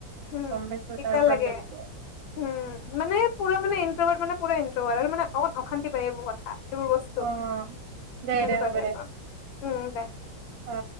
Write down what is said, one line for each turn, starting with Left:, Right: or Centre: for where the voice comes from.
Left: উম
Right: গম পাইছো
Left: দিগদাৰ
Right: তাৰ প্ৰব্লেমটো
Left: লাগে উম মানে পুৰা। তাৰ মানে ইনটৰ মানে পোৰা ইনটৰ আৰু মানে অক অশান্তি পায় এইবোৰ কথা। এইবোৰ বস্তু
Right: অ দে
Left: সেনেকুৱা
Right: দে হ'ব
Left: টাইপৰ
Right: দে
Left: উম তাই
Right: অ।